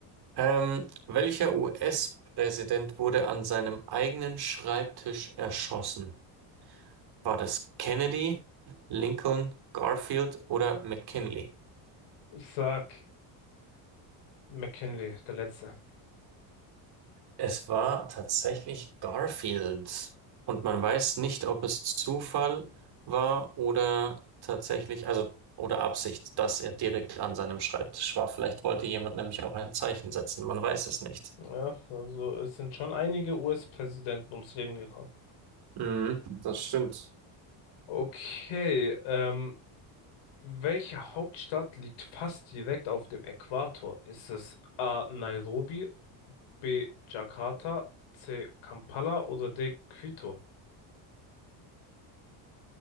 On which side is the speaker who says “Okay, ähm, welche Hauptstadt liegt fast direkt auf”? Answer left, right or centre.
Left